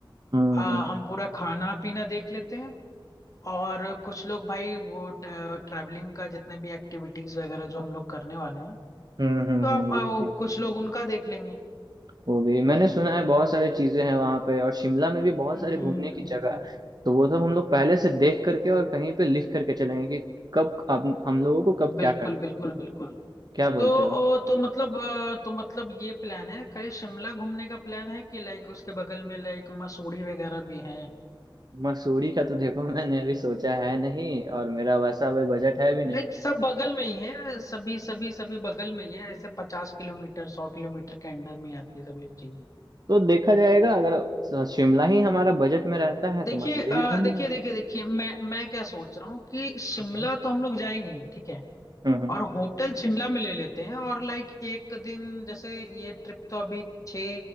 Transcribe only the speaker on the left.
आ,
हम पूरा खाना पीना देख लेते हैं और कुछ लोग भाई वो ट्रैवलिंग का जितने भी एक्टिविटीज वगैरह जो हम लोग करने वाले हैं
तो आप
अ, वो
कुछ लोग उनका देख लेंगे
हम्म,
हम्म,
हम्म।
बिल्कुल
बिल्कुल
बिल्कुल
तो
ओ, तो मतलब अ, तो मतलब ये प्लान है खाली शिमला घूमने का प्लान है कि लाइक उसके बगल में लाइक मसूरी वगैरह भी हैं
लाइक सब बगल में ही है सभी सभी सभी बगल में ही है ऐसे पचास किलोमीटर सौ किलोमीटर के अंडर में आती है सभी चीज
देखिए
अ,
देखिए
देखिए देखिए मैं मैं क्या सोच रहा हूँ कि शिमला
तो हम लोग जाएंगे ही ठीक है
और होटल शिमला में ले लेते हैं और लाइक एक दिन जैसे ये ट्रिप तो अभी छः